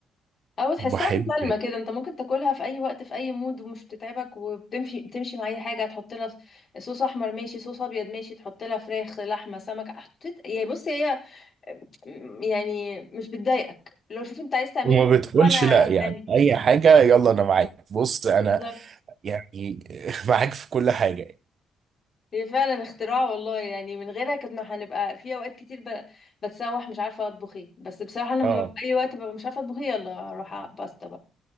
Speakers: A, on the left; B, on the right.
A: او تحسها
B: وبحب
A: مسالمه كده انت ممكن تاكلها في اي وقت في اي مود ومش بتتعبك وبتمشي تمشي مع اي حاجه تحط لها صوص احمر ماشي صوص ابيض ماشي تحط لها فراخ لحمه سمك حطيت يعني بص هي م- يعني مش بتضايقك لو شوف انت عايز تعملني
B: وما بتقولش
A: وانا
B: لا
A: تعمل
B: يعني اي حاجه يلا انا معاك بص انا
A: بالظبط
B: يعني <laughs> معاك في كل حاجه يعني،
A: هي فعلا اختراع والله يعني من غيرها كنا هنبقى في اوقات كتير ب... بتسوح مش عارفه اطبخ ايه بس بصراحه انا لما
B: اه
A: في اي وقت ببقى مش عارفه اطبخ ايه يلا اروح على باستا بقى